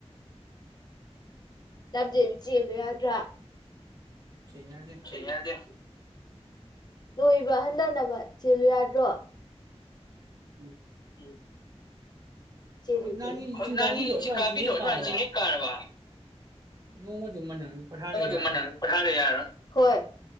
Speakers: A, on the left; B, on the right.
A: ꯇꯞꯖꯦꯟ ꯆꯦꯜꯂꯨ ꯌꯥꯗ꯭ꯔꯥ
B: ꯀꯩꯅꯗꯦ
A: ꯆꯦꯟ ꯌꯥꯗꯦ ꯅꯣꯏꯕ ꯍꯟꯊꯅꯕ ꯆꯦꯜꯂꯨ ꯌꯥꯗ꯭ꯔꯣ
B: ꯎꯝ
A: ꯎ ꯆꯦꯂꯨ
B: ꯍꯧꯖꯤꯛ ꯅꯍꯥꯟꯒꯤ
A: ꯆꯦꯂꯨ
B: ꯆꯤꯡ
A: ꯅꯅꯤꯁꯤꯡ
B: ꯀꯥꯕꯤꯗꯣ ꯑꯗꯨꯃꯥꯏꯅ
A: ꯀꯥꯕꯤꯔꯣꯑꯣ
B: ꯆꯤꯡ ꯍꯦꯛ ꯀꯥꯔꯕ
A: ꯅꯅꯤꯁꯤꯡ ꯍꯦꯛ ꯀꯥꯅꯕ
B: ꯅꯣꯡꯃꯗꯨꯃ ꯅꯪ ꯄꯣꯊꯥꯗ
A: ꯑ
B: ꯌꯥꯔꯔꯣꯏ
A: ꯀ ꯃ ꯄꯊꯥꯔꯦ ꯌꯥꯔ ꯍꯣꯏ